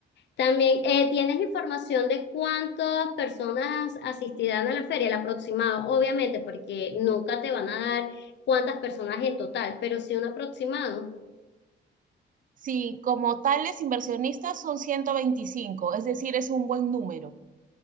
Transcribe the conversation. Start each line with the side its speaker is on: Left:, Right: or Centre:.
Left: También, eh, ¿tienes información de cuántas personas asistirán a la feria, el aproximado? Obviamente, porque nunca te van a dar cuántas personas en total, pero sí un aproximado.
Right: Sí, como tales inversionistas son 125, es decir, es un buen número.